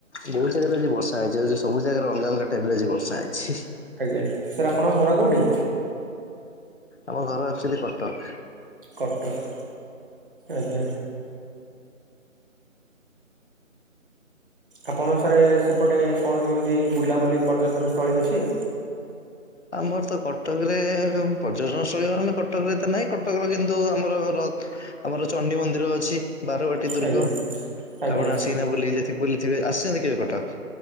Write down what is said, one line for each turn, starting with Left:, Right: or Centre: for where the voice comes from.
Left: ବୋଉ ଜାଗାରେ ଆଜି ବର୍ଷା ହେଇଚି ଆଉ ସବୁ ଜାଗାରେ ଅଲ୍ଗା ଅଲ୍ଗା ଟାଇପ୍ରେ ଆଜି ବର୍ଷା ହେଇଚି।
Right: ଆଜ୍ଞା ସାର୍ ଆପଣଙ୍କ ଘର କୋଉଠି।
Left: ଆମ ଘର ଆକ୍ଚୁଆଲି କଟକ୍।
Right: କଟକ୍ ଆଜ୍ଞା। ଆପଣଙ୍କ ସାରେ ସେପଟେ କଣ କେମିତି ବୁଲାବୁଲି ପର୍ଯ୍ୟଟନ ସ୍ଥଳୀ ଅଛି।
Left: ଆମର୍ ତ କଟକ୍ରେ ପର୍ଯ୍ୟଟନସ୍ଥଳୀଲା କଟକରେ ତଂ ନାହିଁ କଟକରେ କିନ୍ତୁ ଆମର ର ଆମର ଚଣ୍ଡି ମନ୍ଦିର ଅଛି ବାରବାଟୀ ଦୁର୍ଗ
Right: ଆଜ୍ଞା
Left: ଆପଣ
Right: ଆଜ୍ଞା
Left: ଆସିକିନା ବୁଲିକି ଯା ଥି ବୁଲ୍ଥିବେ ଆସ୍ଚନ୍ତି କେବେ କଟକ୍।